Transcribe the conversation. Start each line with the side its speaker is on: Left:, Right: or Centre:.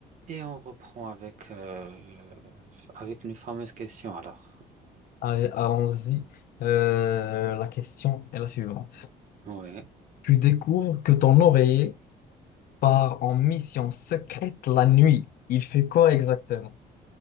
Right: Et on reprend avec, euh, avec une fameuse question alors.
Left: Allez, allons-y. Euh, la question est la suivante.
Right: Ouais.
Left: Tu découvres que ton oreiller part en mission secrète la nuit. Il fait quoi exactement?